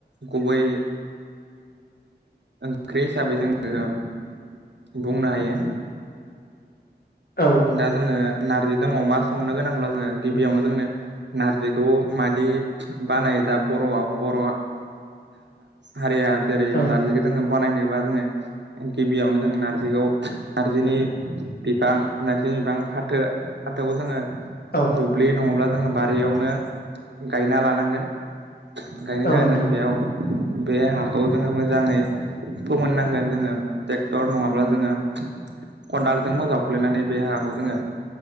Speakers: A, on the right (about 80°); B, on the left (about 60°).
A: गुबै ओंख्रि हिसाबै जोङो बुंनो हायो
B: औ
A: दा जोङो नारजि दङ अमा संनो गोनांब्ला जोङो गिबियावनो जोंनो नारजि खौ मादि बानाय दा बर'आव बर' हारिया जेरै
B: औ
A: नारजिखौ जोङो बानायनोबा जोङो गिबियावनो जों नारजिखौ नार्जिनि बिफां नारजि बिफां फाथो फाथो जोङो
B: औ
A: दुब्लि नङाब्ला जोङो बारियावनो गायना लानांगोन गायनो
B: औ
A: थाखाय
B: नोंथां
A: जों बेयाव बे हाखौ जोङो मोजाङै फोमोननांगोन जोङो ट्रेक्टर नङाब्ला जोङो खदालजों जावफ्लैनानै बे हाखौ जोङो